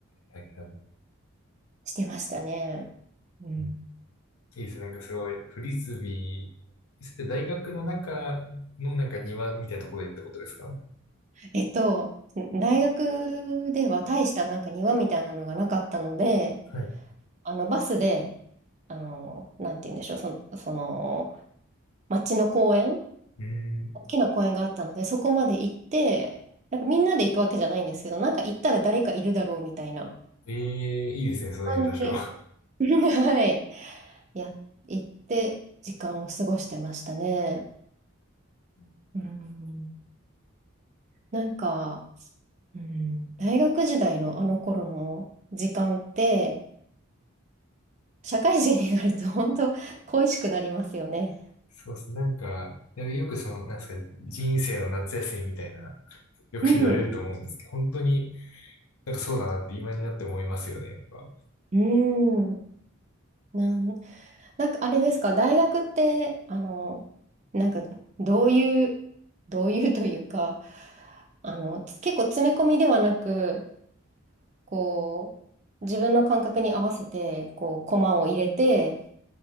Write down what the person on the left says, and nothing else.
はいはい。
うんいいですね。なんかすごい、フリスビー、大学の中のなんか庭みたいなところでってことですか
はい。
うん。
ええいいですね、そういう場所。
ん
そうですねなんか、なんかよくその、なんですか、人生の夏休みみたいな、よく言われると思うんですけど、
本当になんかそうだなって今になって思いますよね、やっぱ。